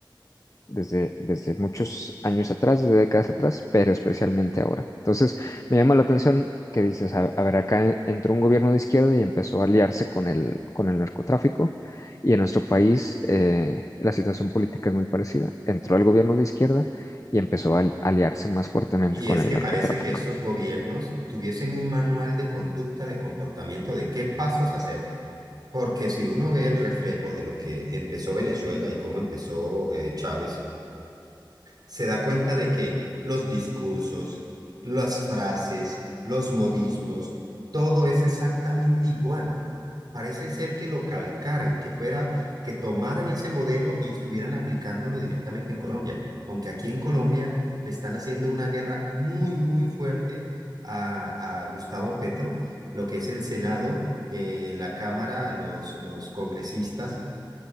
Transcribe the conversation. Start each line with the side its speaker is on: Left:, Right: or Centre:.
Left: desde, desde muchos años atrás, desde décadas atrás, pero especialmente ahora. Entonces, me llama la atención que dices, a, a ver, acá entró un gobierno de izquierda y empezó a aliarse con el, con el narcotráfico, y en nuestro país eh, la situación política es muy parecida. Entró el gobierno de izquierda y empezó a al- aliarse más fuertemente
Right: Y
Left: con
Right: es
Left: el
Right: que
Left: narcotráfico.
Right: parece que estos gobiernos tuviesen un manual de conducta, de comportamiento, de qué pasos hacer. Porque si uno ve el reflejo de lo que empezó Venezuela y cómo empezó eh, Chávez, se da cuenta de que los discursos, las frases, los modismos, todo es exactamente igual. Parece ser que lo calcaran, que fuera, que tomaran ese modelo y estuvieran aplicándolo directamente en Colombia. Aunque aquí en Colombia le están haciendo una guerra muy, muy fuerte a, a Gustavo Petro, lo que es el Senado, eh, la Cámara, los, los congresistas